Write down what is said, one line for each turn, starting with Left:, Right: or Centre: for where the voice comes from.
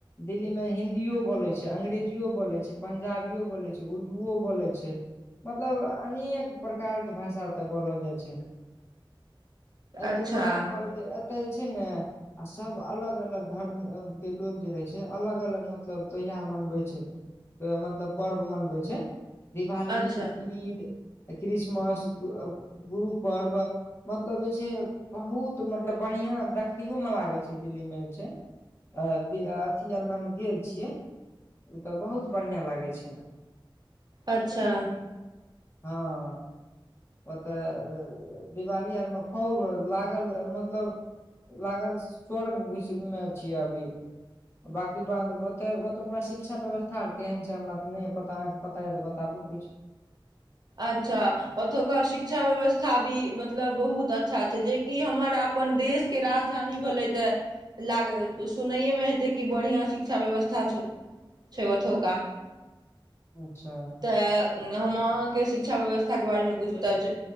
Left: दिल्लीमे हिदिओ बोलै छै अंग्रेजिओ बोलै छै पंजाबिओ बोलै छै उर्दूओ बोलै छै मतलब अनेक प्रकारके भाषा। तऽ बोलल जाइ छै। एत।
Right: अच्छा
Left: <unintelligible> एतऽ जे छै ने आ सब अलग-अलग धर्म के लोग जे रहै छै अलग-अलग मतलब त्यौहार मनबै छै मतलब पर्व मनबै छै। दिवाली
Right: अच्छा
Left: ईद। क्रिसमस बु अ गुरु पर्व मतलब जे छै बहुत मतलब बढ़िआँ देखैओमे लागै छै दिल्लीमे जे छै आ अथी आरमे हम गेल छियै ओ तऽ बहुत बढ़िआँ लागै छै।
Right: अच्छा।
Left: हँ। ओतय दिवाली आरमे खूब लागल मतलब लागल स्वर्ग घुसमे छियै अभी बाँकी बात ओतय ओतुका शिक्षा व्यवस्था आर केहन छै हमरा तऽ नहि य पता अहाँके पता यए तऽ बताबू किछ।
Right: अच्छा ओतुक्का शिक्षा व्यवस्था भी मतलब बहुत अच्छा छै जेकि हमर अपन देशके राजधानी भेलै तऽ लाग सुनैएमे हेतै कि बढ़िआँ शिक्षा व्यवस्था छै छै ओथौका।
Left: अच्छा
Right: तऽ हम अहाँके शिक्षा व्यवस्था शिक्षा के बारे मे कुछ बताबै छै